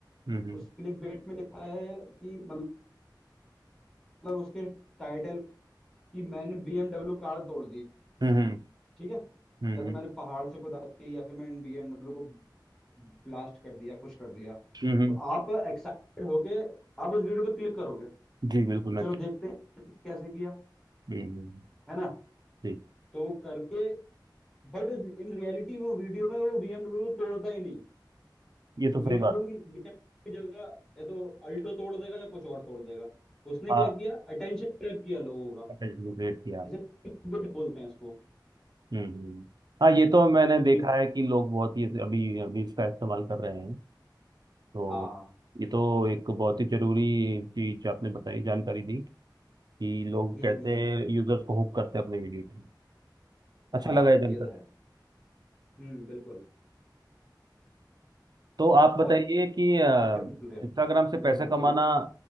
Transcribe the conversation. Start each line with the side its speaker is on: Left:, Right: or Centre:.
Right: हम्म
Centre: उस क्लिक बेट में लिखा है कि मतलब उसके टाइटल कि मैंने बीएमडब्ल्यू कार तोड़ दी
Right: हम्म हम्म
Centre: ठीक है
Right: हम्म
Centre: या तो मैंने पहाड़ से कुदा दी या फिर मैंने बीएमडब्ल्यू को ब्लास्ट कर दिया खुश कर दिया
Right: हम्म हम्म,
Centre: तो आप एक्साइटेड होके आप उस वीडियो पे क्लिक करोगे
Right: जी बिल्कुल मैं
Centre: चलो देखते हैं कैसे किया
Right: हम्म हम्म, हम्म,
Centre: है ना
Right: जी
Centre: तो वो करके बट इन रियलिटी वो वीडियो में वो बीएमडब्ल्यू को तोड़ता ही नहीं
Right: ये तो
Centre: वो बीएमडब्ल्यू
Right: सही बात
Centre: की BMW की जगह या तो अल्टो तोड़ देगा या कुछ और तोड़ देगा उसने
Right: हाँ
Centre: क्या किया अटेंशन ग्रैब किया लोगों का
Right: क्रिएट किया
Centre: इसे clickbait बोलते हैं इसको
Right: हम्म हम्म। हम्म, हाँ ये तो मैंने
Centre: व्यू
Right: देखा है कि लोग बहुत ही अभी अभी इसका इस्तेमाल कर रहे हैं तो
Centre: हाँ
Right: ये तो एक बहुत ही जरूरी चीज आपने बताई जानकारी दी कि लोग
Centre: हम्म
Right: कैसे
Centre: हम्म
Right: यूजर्स को हुक करते हैं अपने वीडियो पे अच्छा
Centre: हाँ
Right: लगा ये जानकारी
Centre: ये तो है हम्म बिल्कुल
Right: तो आप बताइए
Centre: और
Right: कि
Centre: आप कैसे चल रहे हैं
Right: इंस्टाग्राम
Centre: आपके
Right: से
Centre: हम्म
Right: पैसे
Centre: हम्म, बताइए
Right: कमाना